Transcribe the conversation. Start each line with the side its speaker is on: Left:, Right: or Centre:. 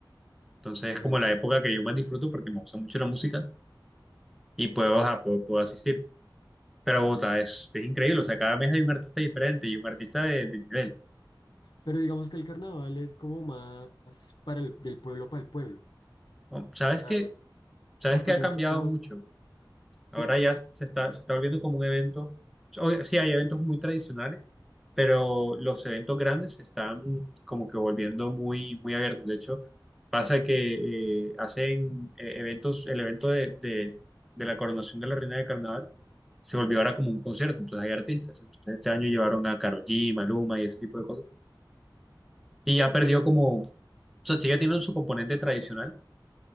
Centre: Entonces
Left: Bueno,
Centre: es como la época que yo más disfruto porque me gusta mucho la música y puedo, ajá, puedo, puedo asistir. Pero Bogotá es, es increíble, o sea, cada mes hay un artista diferente y un artista de, de nivel.
Left: pero digamos que el carnaval es como más para el, del pueblo para el pueblo.
Centre: O- ¿Sabes
Left: O sea,
Centre: qué? ¿Sabes
Left: porque
Centre: qué ha
Left: yo
Centre: cambiado
Left: no siento,
Centre: mucho?
Left: ¿sí?
Centre: Ahora ya se está, se está volviendo como un evento. O- Sí, hay eventos muy tradicionales, pero los eventos grandes se están como que volviendo muy, muy abiertos. De hecho, pasa que eh, hacen eh, eventos, el evento de, de- de la coronación de la Reina de Carnaval se volvió ahora como un concierto. Entonces hay artistas. Entonces este año llevaron a Karol G, Maluma y ese tipo de cosas. Y ya perdió como, o sea, sigue teniendo su componente tradicional,